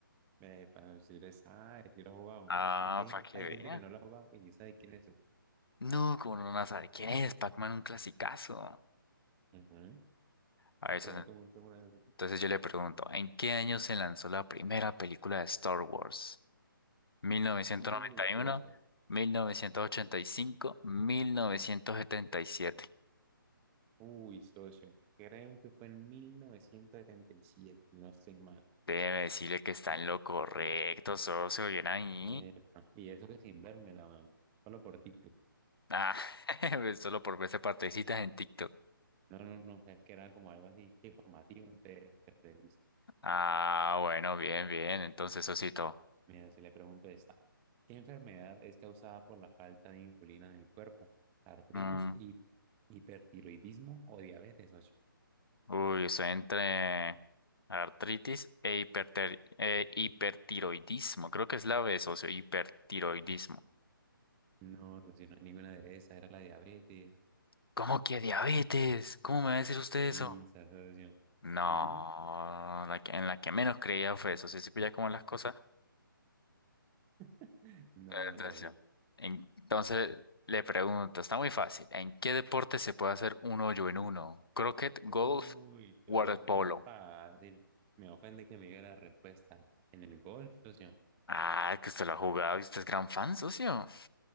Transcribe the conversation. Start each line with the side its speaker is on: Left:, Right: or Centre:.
Right: Eh, para decirle, ah, si lo he jugado.
Left: Ah,
Right: Es que hay
Left: para que
Right: hay
Left: vea.
Right: gente que no lo ha jugado y ni sabe quién es eso.
Left: No, como no van a saber quién es, Pac-Man, un clasicazo.
Right: Ujú.
Left: A
Right: Me
Left: ver,
Right: pregunto
Left: socio.
Right: mucho una vez.
Left: Entonces yo le pregunto, ¿en qué año se lanzó la primera película de Star Wars? ¿1991,
Right: Uy, socio.
Left: 1985, 1977?
Right: Uy, socio. Creo que fue en 1977, si no estoy mal.
Left: Debe decirle que está en lo correcto, socio. Bien ahí.
Right: Epa, y eso que sin vérmela, weón. Solo por TikTok.
Left: Ah, <laughs> solo por verse partecitas en TikTok.
Right: No, no, no, es que era como algo así informativo, entonces te preciso.
Left: Ah, bueno, bien, bien. Entonces, Osito.
Right: Mira, si le pregunto esta, ¿qué enfermedad es causada por la falta de insulina en el cuerpo? ¿Artritis,
Left: Mm,
Right: hi- hipertiroidismo o diabetes, socio?
Left: uy, estoy entre artritis e hiperter- eh, hipertiroidismo. Creo que es la B, socio, hipertiroidismo.
Right: No, socio, no hay ninguna de esas, era la diabetes.
Left: ¿Cómo que diabetes? ¿Cómo me va a decir usted eso?
Right: Y esa socio.
Left: No,
Right: Ujú.
Left: la que- en la que menos creía fue eso. Se pilla como las cosas.
Right: <laughs> No,
Left: Natación.
Right: socio.
Left: Entonces le pregunto, está muy fácil. ¿En qué deporte se puede hacer un hoyo en uno? Croquet, golf,
Right: Uy, socio,
Left: waterpolo.
Right: muy fácil. Me ofende que me diga la respuesta. En el golf, socio.
Left: Ah, que usted lo ha jugado y usted es gran fan, socio.